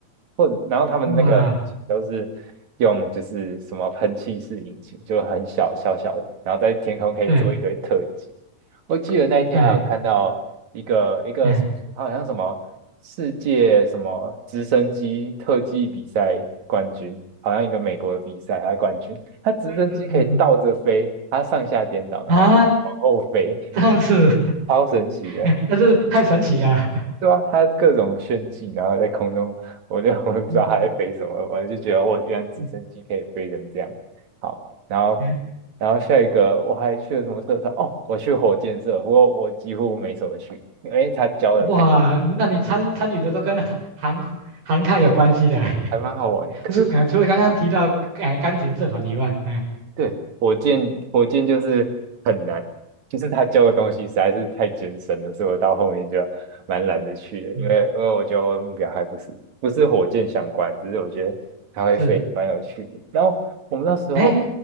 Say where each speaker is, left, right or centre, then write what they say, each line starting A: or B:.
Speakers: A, on the right; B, on the right.
A: 或者然后他们那个引擎都是用就是什么喷气式引擎，
B: 哇，
A: 就很小小小的，然后在天空可以做一堆特技。
B: 对
A: 我记得那一天还有看到一个一个好像什么世界什么直升机特技比赛冠军，
B: 对，嗯
A: 好像一个美国的比赛，他是冠军，他直升机可以倒着飞，
B: 嗯嗯嗯
A: 他上下颠倒，然后往后飞，
B: 啊，这样子，
A: 超神奇的。
B: <laughs> 那是太神奇了。
A: 对啊，它各种炫技，然后在空中，我就 <laughs> 我也不知道它在飞什么，
B: 嗯嗯
A: 我就觉得我原来直升机可以飞成这样。
B: 嗯，
A: 好，然后
B: 哎，
A: 然后下一个我还去了什么社团？哦，我去火箭社，不过我几乎没什么去，因为他教的太
B: 哇，那你参参与的都跟韩韩韩泰有关系的，
A: 还蛮好玩。
B: <laughs>
A: 可是
B: 除呃除了刚刚提到哎钢琴社团以外，哎
A: 对，火箭火箭就是很难，就是他教的东西实在是太艰深了，所以我到后面就蛮懒得去的，
B: 嗯
A: 因为因为我觉得我的目标还不是不是火箭相关，只是我觉得它会飞蛮有趣的。
B: 是，
A: 然后我们那时候，
B: 哎